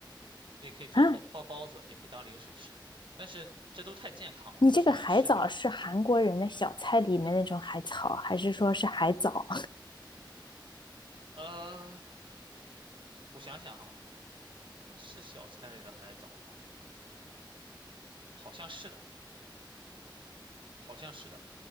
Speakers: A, on the right; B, on the left.
A: 那个可以做包包包子，
B: 啊？
A: 也可以当零食吃。但是这都太健康了，
B: 你这个海藻是韩国人的小菜里面那种海草，
A: 我喜欢吃点。
B: 还是说是海藻？
A: 呃，我想想哈，那是小菜里的海藻吗？好像是的，好像是的，